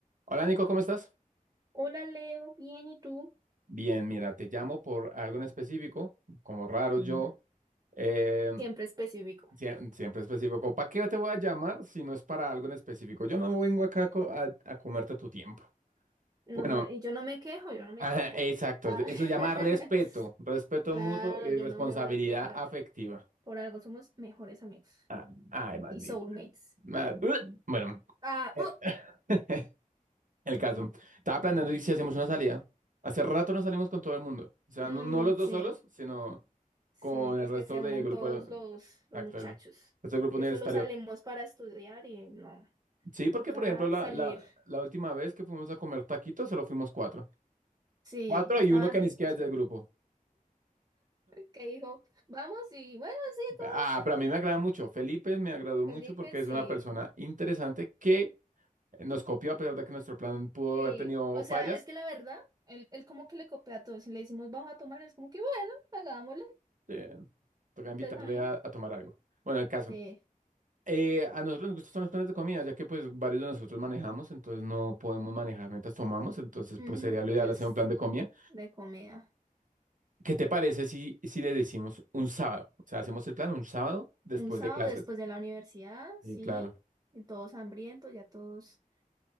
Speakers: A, on the right (about 65°); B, on the right (about 30°).
A: Hola Nico, ¿cómo estás?
B: Hola Leo, bien, ¿y tú?
A: Bien, mira, te llamo por algo en específico, como raro
B: Mm,
A: yo, eh,
B: Siempre específico.
A: siem- siempre específico. ¿Para qué te voy a llamar si no es para algo en específico? Yo no vengo acá co- a, a comerte tu tiempo.
B: No,
A: Bueno,
B: y yo no me quejo, yo
A: <laughs>
B: no me
A: ajá,
B: quejo.
A: exacto,
B: Ah, <laughs>
A: eso se llama respeto, respeto
B: claro,
A: mutuo y
B: yo
A: responsabilidad
B: no me voy a quejar.
A: afectiva.
B: Por algo somos mejores amigos
A: Ah, ay, maldito.
B: y soulmates.
A: Ma- Bueno,
B: Ah,
A: <laughs>
B: oh,
A: El caso. Estaba planeando y si hacemos una salida. Hace rato no salimos con todo el mundo. O sea,
B: mm,
A: no, no los dos
B: sí,
A: solos, sino
B: sí,
A: con
B: para
A: el resto
B: que se unan
A: de grupo.
B: todos
A: Exacto.
B: los, los muchachos,
A: El resto del grupo
B: que
A: universitario.
B: solo salimos para estudiar y no,
A: Sí, porque
B: toca
A: por ejemplo, la,
B: salir.
A: la, la última vez que fuimos a comer taquitos, solo fuimos cuatro.
B: Sí,
A: Cuatro
B: y estaban
A: y uno que
B: ricos,
A: ni siquiera es
B: pa,
A: del grupo.
B: que dijo, vamos y bueno, sí, todos
A: Ah, pero a mí me agrada mucho. Felipe me agradó
B: felices
A: mucho porque es una
B: y...
A: persona interesante que nos copió a pesar de que nuestro plan pudo
B: Sí,
A: haber tenido
B: o
A: fallas.
B: sea, es que la verdad, él, él como que le copia a todos. Si le decimos vamos a tomar, es como que bueno, hagámosle.
A: Eh, toca invitarle
B: Entonces a mí,
A: a, a tomar algo. Bueno, el caso.
B: sí.
A: Eh, a nosotros nos gustan los planes de comida, ya que pues varios de nosotros manejamos, entonces no podemos manejar mientras tomamos, entonces
B: Ujú,
A: pues sería
B: Entonces,
A: lo ideal hacer un plan de comida.
B: de comida.
A: ¿Qué te parece si, si le decimos un sábado? O sea, hacemos el plan un sábado después
B: Un sábado
A: de clases.
B: después de la universidad,
A: Sí,
B: sí.
A: claro.
B: Y todos hambrientos, ya todos.